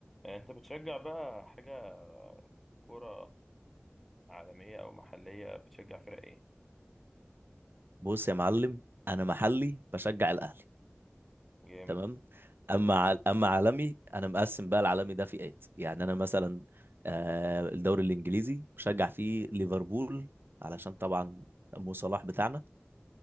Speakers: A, in the centre; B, on the right.
A: آه، انت بتشجع بقى حاجة كرة عالمية او محلية بتشجع فرق ايه
B: بص يا معلم انا محلي بشجع الاهلي
A: جامد
B: تمام اما عل... اما عالمي انا مقسم بقى العالمي ده فئات يعني انا مثلا آه الدوري الانجليزي بشجع فيه ليفربول علشان طبعا مو صلاح بتاعنا